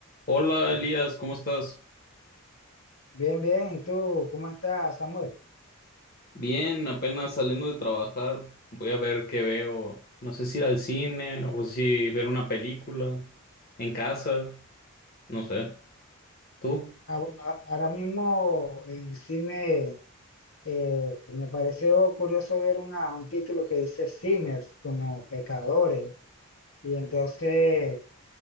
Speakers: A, on the left (about 40°); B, on the left (about 65°).
A: Hola Elías, ¿cómo estás?
B: Bien, bien. ¿Y tú cómo estás, Samuel?
A: Bien, apenas saliendo de trabajar. Voy a ver qué veo. No sé si ir al cine o si ver una película en casa. No sé. ¿Tú?
B: Ah, bueno, a- ahora mismo en cine eh, me pareció curioso ver una, un título que dice Sinners, como pecadores. Y entonces